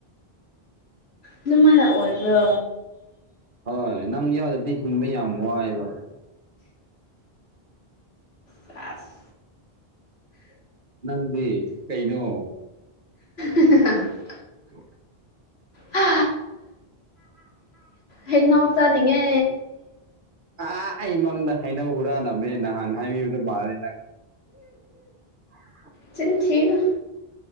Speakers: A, on the left; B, on the right.
A: ꯑꯗꯨꯃꯥꯏꯅ ꯑꯣꯏꯕ꯭ꯔꯣ
B: ꯍꯣꯏ ꯅꯪ ꯌꯥꯎꯗꯗꯤ ꯍꯤꯡꯕ ꯌꯥꯝ ꯋꯥꯏꯑꯦꯕ
A: ꯁꯥꯁ
B: ꯅꯪꯗꯤ ꯀꯩꯅꯣ
A: <unintelligible>
B: <unintelligible> <inaudible>
A: ꯍꯥ ꯍꯩꯅꯧꯆꯥ ꯅꯤꯡꯉꯦ
B: <unintelligible> ꯑꯥꯍꯥ ꯑꯩ ꯃꯡꯗ ꯍꯩꯅꯧ ꯍꯨꯔꯥꯟꯂꯝꯃꯦ ꯅꯍꯥꯟ ꯍꯥꯏꯕꯤꯕꯗꯣ <unintelligible> ꯕꯥꯔꯦ ꯅꯪ <inaudible>
A: ꯆꯤꯟ ꯊꯤꯅꯨ